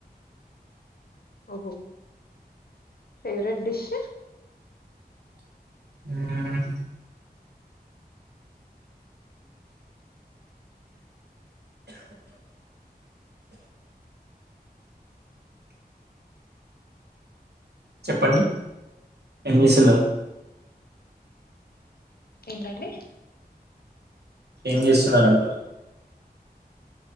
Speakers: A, on the left (about 70°); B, on the right (about 85°).
A: ఓహో ఫేవరెట్ డిష్
B: హ్మ్ చెప్పండి ఏం చేస్తున్నారు
A: ఏంటండి
B: ఏం చేస్తున్నార అంటున్నా